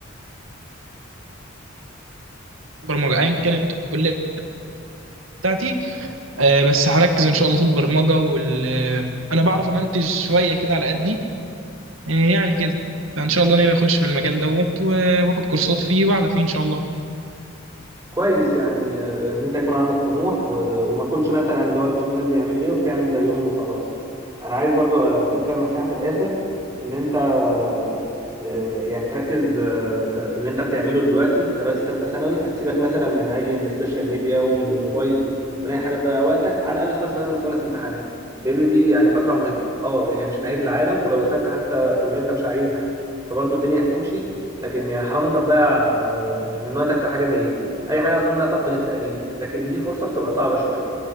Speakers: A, on the right (about 80°); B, on the right (about 15°).
A: برمجة أيا كانت الكلية بتاعتي آه، بس هركز إن شاء الله في البرمجة وال آه، أنا بعرف أمنتج شوية كده على قدي آه، يعني كده فإن شاء الله ناوي أخش في المجال دوت و- آه، وآخد كورسات فيه وأعلى فيه إن شاء الله
B: كويس يعني آه، ان انت يكون عندك طموح و... وما تكونش مثلا اللي هو بتشوف الناس بيعملوا ايه وبتعمل زيهم وخلاص انا عايز برضو اديك كام نصيحة في الاخر ان انت آه، يعني تركز آه، في في اللي انت بتعمله دلوقتي انت دلوقتي ثالثة ثانوي فتسيبك مثلا من اي من السوشيال ميديا ومن الموبايل ومن اي حاجة تضيع وقتك على الاقل خالص لما تخلص امتحانات لان دي يعني فترة مهمة اه هي مش نهاية العالم ولو دخلت حتى كلية انت مش عايزها فبرضو الدنيا هتمشي لكن يعني حرام انت تضيع آه، من من وقتك في حاجه زي دي اي حاجه اظن انها تقبل التاجيل لكن دي فرصه بتبقى صعبه شويه